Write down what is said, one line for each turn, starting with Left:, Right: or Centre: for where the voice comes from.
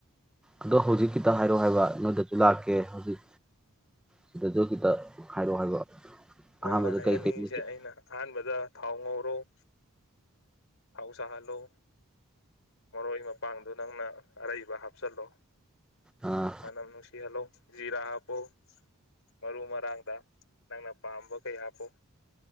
Centre: ꯑꯗꯣ ꯍꯧꯖꯤꯛ ꯈꯤꯇ ꯍꯥꯏꯔꯛꯑꯣ ꯍꯥꯏꯕ ꯅꯣꯏꯗꯁꯨ ꯂꯥꯛꯀꯦ ꯍꯧꯖꯤꯛ ꯁꯤꯗꯁꯨ ꯈꯤꯇ ꯍꯥꯏꯔꯛꯑꯣ ꯍꯥꯏꯕ
Left: ꯅꯪꯅ
Centre: ꯑꯍꯥꯟꯕꯗ
Left: ꯍꯥꯏꯍꯟꯅꯤꯡꯉꯤꯁꯦ
Centre: ꯀꯩ ꯀꯩ ꯃꯆꯜ
Left: ꯑꯩꯅ ꯑꯍꯥꯟꯕꯗ ꯊꯥꯎ ꯉꯧꯔꯣ <inaudible> ꯊꯥꯎ ꯁꯥꯍꯜꯂꯣ ꯃꯔꯣꯏ ꯃꯄꯥꯡꯗꯨ ꯅꯪꯅ ꯑꯔꯩꯕ ꯍꯥꯞꯆꯤꯜꯂꯣ
Centre: ꯑꯥ
Left: ꯃꯥꯅꯝ ꯅꯨꯡꯁꯤ ꯍꯜꯂꯣ ꯖꯤꯔꯥ ꯍꯥꯞꯄꯨ ꯃꯔꯨ ꯃꯔꯥꯡꯗ ꯅꯪꯅ ꯄꯥꯝꯕ ꯀꯩ ꯍꯥꯞꯄꯨ